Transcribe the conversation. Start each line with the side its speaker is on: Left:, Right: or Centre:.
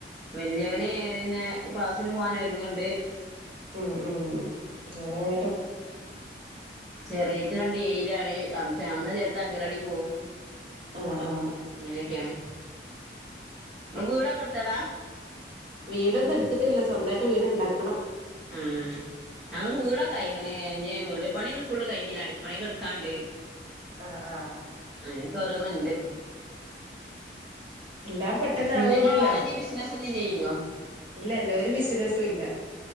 Centre: വല്യയോന് പിന്നെ ക്ലാസ്സിന് പോകൻ ഒരുങ്ങ്ണ്ട്
Right: ഉം ഉം അങ്ങനങ്ങട്ട്
Centre: ചെറിയേറ്റ രണ്ട് ഏയിലാണ് നന്ന ചേറ്ത് അങ്കലാടി പോകും
Right: ആ ആ
Centre: അങ്ങനെയൊക്കെയാണ് ഇങ്ങള് വീടൊക്കെട്ത്തതാ
Right: വീടൊന്നു ഇട്ത്തിട്ടില്ല സ്വന്തായിട്ട് വീട്ണ്ടാക്കണം
Centre: ആഹ് ഞങ്ങക്ക് വീടൊക്കയ്ക്ക്ണ് ഞ്ഞ് വീട് പണിന്നും ഫുള് കഴിഞ്ഞില്ല അടിപ്പണിയൊക്കെട്ക്കാണ്ട്
Right: ആഹ് ആഹ്
Centre: അങ്ങനെയൊക്കെരോന്ന്ണ്ട്
Right: എല്ലാം പെട്ടെന്ന്
Centre: പിന്നെ
Right: ആവൂലല്ലോ
Centre: നിങ്ങള് വേറെന്തേലും ബിസിനസ് എന്തേലും ചെയ്യണ്ടോ
Right: ഇല്ലല്ല ഒരു ബിസിനസും ഇല്ല